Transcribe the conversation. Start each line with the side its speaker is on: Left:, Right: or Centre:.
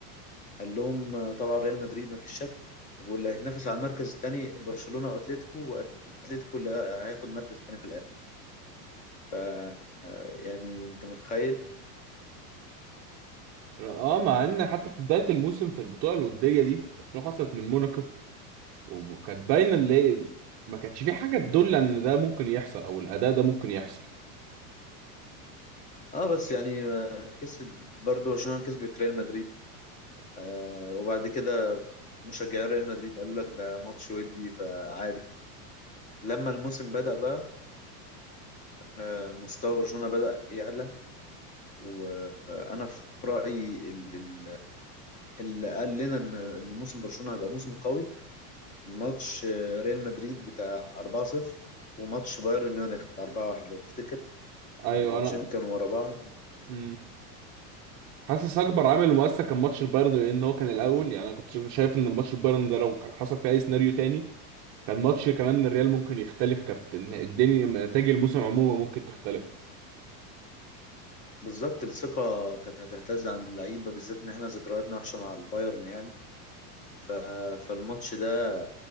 Left: قال لهم آه، طبعا ريال مدريد مفيش شك واللي هيتنافس على المركز الثاني برشلونة واتلتيكو واتلتيكو اللي هياخد المركز الثاني في الاخر ف آه، يعني انت متخيل
Right: اه مع ان حتى في بداية الموسم في البطولة الودية دي برشلونة خسرت من موناكو وكانت باينة اللي ما كانتش في حاجة تدل ان ده ممكن يحصل او الأداء ده ممكن يحصل
Left: اه بس يعني آه، كسب برضو عشان كسبت ريال مدريد آه، وبعد كده مشجعي ريال مدريد قالوا لك ده ماتش ودي فعادي لما الموسم بدأ بقى آه، مستوى برشلونة بدأ يعلى وانا في رأيي ال- ال- اللي قال لنا ان إن موسم برشلونة هيبقى موسم قوي ماتش آه، ريال مدريد بتاع 4-0 وماتش بايرن ميونخ بتاع 4-1 لو تفتكر
Right: ايوه
Left: الماتشين
Right: انا
Left: كانوا ورا بعض
Right: مم. حاسس اكبر عامل مؤثر كان ماتش البايرن لان هو كان الاول يعني انا كنت شايف شايف ان الماتش البايرن ده لو كان حصل فيه اي سيناريو تاني كان ماتش كمان الريال ممكن يختلف كانت الن- الدنيا نتائج الموسم عموما ممكن تختلف
Left: بالظبط الثقة كانت هتهتز عند اللعيبة بالذات ان احنا ذكرياتنا وحشة مع البايرن يعني ف... فالماتش ده